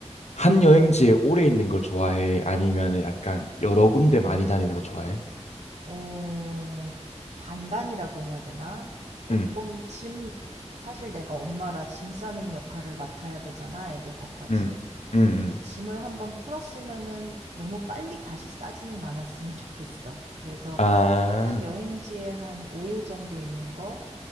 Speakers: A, on the left; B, on the right.
A: 한 여행지에 오래 있는 걸 좋아해? 아니면은 약간 여러 군데 많이 다니는 거 좋아해?
B: 어, 반반이라고 해야 되나? 조금
A: 응,
B: 짐, 사실 내가 엄마라 짐 싸는 역할을 맡아야 되잖아, 애들 것까지.
A: 응, 응,
B: 그래서
A: 응.
B: 짐을 한번 풀었으면은 너무 빨리 다시 싸지는 않았으면 좋겠어. 그래서
A: 아.
B: 한 여행지에 한 5일 정도 있는 거,